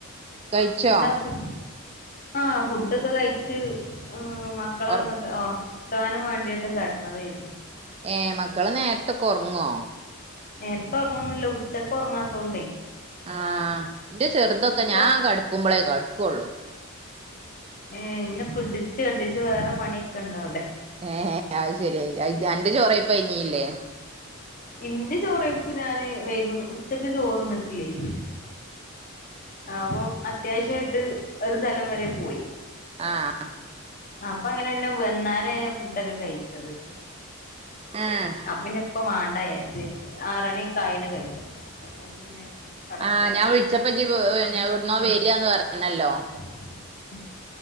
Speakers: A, on the right (about 25°); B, on the left (about 40°).
A: കഴിച്ചോ
B: ഇണ്ടാക്കും ആ ഫുഡൊക്കെ കഴിച്ച് ഉം മക്കളെ
A: ഒറങ്ങ്
B: ഒന്നട്ട് ഒറക്കാനും വേണ്ടിയാട്ട് കെട്ന്നതേര്ന്നു
A: ഏ മക്കള് നേര്ത്തെക്കൊറ്ങ്ങോ
B: നേര്ത്തെ ഒറങ്ങൊന്നില്ല ഉച്ചയ്ക്ക്‌ ഒർങ്ങാത്തോണ്ടേയ്
A: ആ ന്റെ ചെർതൊക്കെ ഞാൻ
B: ഉറങ്ങ
A: കെടക്കുമ്പളേ കെട്ക്കൊള്ളൂ
B: ഏ ഇന്നെ പിടിച്ച് വെപ്പിച്ച് വേറെ പണിയൊക്കെണ്ട് അവ്ടെ
A: ഏ അത് ശരി അജ് അന്റെ ചോറഴിപ്പ് കഴിഞ്ഞീല്ലേ
B: ഇന്റെ ചോറ് കഴിപ്പ് ഞാന് വേഗം ഉച്ചക്ക് ചോറ്ന്ന്ട്ട്ല്ലേയ്നു അപ്പം അത്യാവശ്യായിട്ട് ഒരു സ്ഥലം വരെ പോയി
A: ആഹ്
B: അപ്പൊ അങ്ങനന്നെ വന്നാരേ ഫുഡൊക്കെ കഴിച്ചത്
A: ആഹ്
B: അപ്പൊ പിന്നെ ഇപ്പ മാണ്ടാ വിജാര്ച്ച് ആറണിക്കായ്നു കയ്ച്ചപ്പോ അപ്പൊ പിന്നെ കടക്കട്ടെ
A: ആ ഞാൻ വിളിച്ചപ്പൊ ജ് വ് എവ്‌ട്ന്നോ വരാന്ന് പർഞ്ഞല്ലോ
B: <unintelligible>